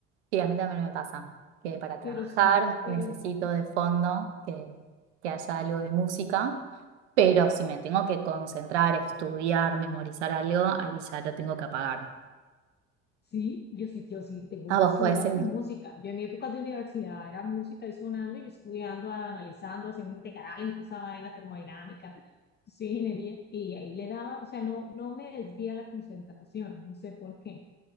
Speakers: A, on the right (about 80°); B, on the left (about 30°).
A: Sí, a mí también me pasa que para trabajar
B: Pero sí, pero
A: necesito
B: sí.
A: de fondo que, que haya algo de música, pero si me tengo que concentrar, estudiar, memorizar algo, ahí ya lo tengo que apagar.
B: Sí, yo sí, yo sí, tengo,
A: Ah,
B: yo
A: vos
B: estudiaba
A: podés seguir.
B: con música. Yo en mi época de universidad era música y sonando, y yo estudiando, analizando, haciendo integrales, toda esa vaina termodinámica, sí, ingeniería, y ahí le daba, o sea, no, no me desvía la concentración, no sé por qué.